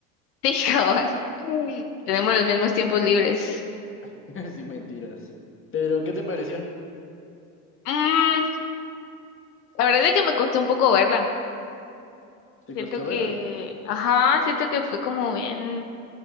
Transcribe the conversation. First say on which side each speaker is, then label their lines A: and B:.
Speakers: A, on the left; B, on the left.
A: Sí, cabal. Sí. Tenemos los mismos tiempos libres.
B: <laughs> sí mentiras. Pero, ¿qué te pareció?
A: Mm, la verdad es que me costó un poco verla.
B: ¿Te
A: Siento
B: costó
A: que,
B: verla?
A: ajá, siento que fue como bien,